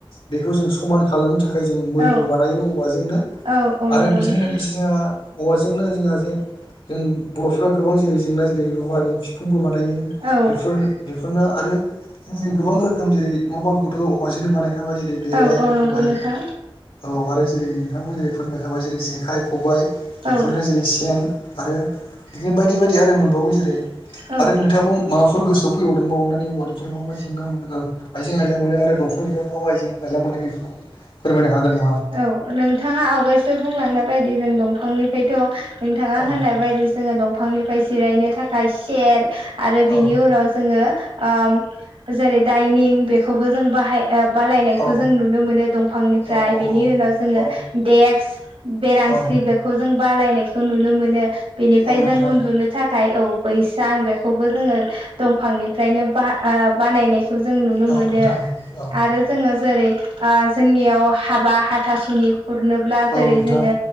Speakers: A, on the left; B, on the right.
A: बेखौ जों समान खालामनो थाखाय जों मै
B: औ
A: बो बानायो औवाजोंनो
B: औ औ
A: आरो
B: नंगौ
A: बेजों
B: नोंथां
A: लोगोसे जोंहा औवा जोंनो जोंहा जे जों बर'फ्रा गोबां जेरै रुवाथि फिखुं बानायो
B: औ
A: बेफोरनो बेफोरनो आरो जोङो गोबां रो खोम जेरै न' बांखौथ' औवाजोंनो बानायखाबाय जेरै बेरा
B: औ
A: एरि
B: औ नंगौ
A: होबाय
B: नोंथां
A: औ आरो जेरै नोंथाबो जेरै फोरमायखाबाय जेरै जेखाइ-खबाइ बेफोरनो
B: औ
A: जेरै सेन आरो बिदिनो बाय दि आरो मोनबावो जेरै
B: औ
A: आरो
B: औ
A: नोंथाङाबो माबाफोर गोसो फैबावदोंबा अननानै औवानिफ्राय माबा मा जेंना मोनो ओ आइजें-आइला मोनो आरो दंफांनिफ्राय मा मा आयजें-आइला मोनो बेफोरखौ फोरमायनो हागोनना
B: औ नोंथाङा आवगायसो बुंलांनाय बायदि जों दंफांनिफ्रायथ' नोंथाङा
A: औ
B: होननाय बायदि जोङो दंफांनिफ्राय जिरायनो थाखाय सेर आरो
A: औ
B: बिनि उनाव जोङो ओ जेरै दाइनिं बेखौबो जों बाहाय ओ बालायनायखौ
A: औ
B: जों नुनो मोनो दंफांनिफ्राय
A: औ
B: बेनि उनाव जोङो
A: औ
B: देक्स, बेरांसि
A: औ
B: बेखौ जों बालायनायखौ नुनो मोनो बेनिफ्राय
A: औ नोंथां
B: जों उन्दुनो था खाय औ बैसां बेखौबो जोङो दंफांनिफ्रायनो बा ओ बानायनाय खौ जों नुनो
A: औ
B: मोनो
A: नोंथां औ
B: आरो जोङो जेरै ओ जोंनियाव हाब बा हाथासुनि खुरनोब्ला
A: औ
B: जेरै
A: नोंथां
B: जोङो